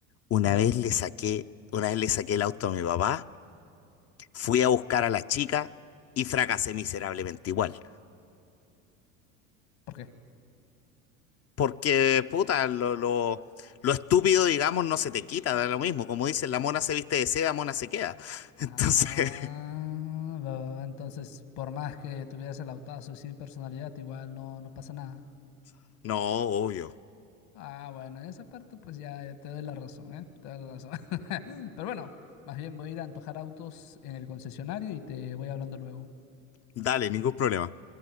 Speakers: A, on the left (about 40°); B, on the left (about 65°).
A: Una
B: A ver,
A: vez le saqué, una vez le saqué el auto a mi papá Fui a buscar a la chica y fracasé miserablemente igual.
B: ¿por qué?
A: Porque, puta, lo, lo, lo estúpido, digamos, no se te quita, da lo mismo. Como dicen, la mona se viste de seda, mona se queda. <laughs>
B: Ah,
A: Entonces,
B: va, va, va, entonces, por más que tuvieras el autazo y sin personalidad, igual no, no pasa nada.
A: <laughs> no, obvio.
B: Ah, bueno, en esa parte pues ya, ya te doy la razón, ¿eh? Te doy la razón. <laughs> Pero bueno, más bien voy a ir a antojar autos en el concesionario y te voy hablando luego.
A: Dale, ningún problema.